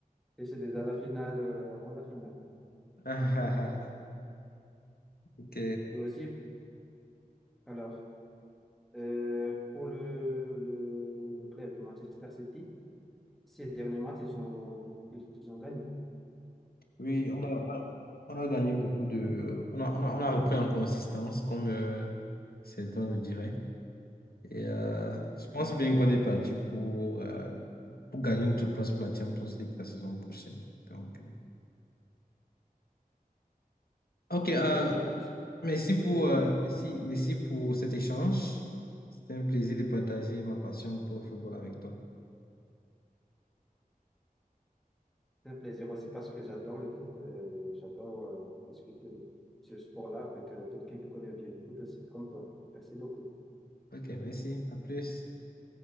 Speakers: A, in the centre; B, on the left.
A: Et c'est déjà la finale, euh, avant la finale.
B: <laughs> Ok.
A: Et aussi, alors, euh, pour le, le, le club de Manchester City, ces derniers matchs, ils sont, ils ont gagné
B: Oui,
A: consécutivement.
B: on a, on a, on
A: Oui.
B: a gagné beaucoup de.
A: <laughs>
B: On a, on a, on a repris en consistance, comme euh, certains le diraient. Et euh,
A: Mhm.
B: je pense bien qu'on est parti pour, euh, pour gagner notre place pour la Champions League la saison prochaine. Donc, euh, ok, euh,
A: Et, euh,
B: merci pour,
A: oui.
B: euh, merci, merci pour cet échange. C'était un plaisir de partager ma passion pour le football avec toi.
A: C'est un plaisir aussi parce que j'adore le foot. euh, j'adore euh, discuter de ce sport-là avec euh, quelqu'un qui connaît bien le foot aussi, comme toi. Merci beaucoup.
B: Ok, merci. À plus.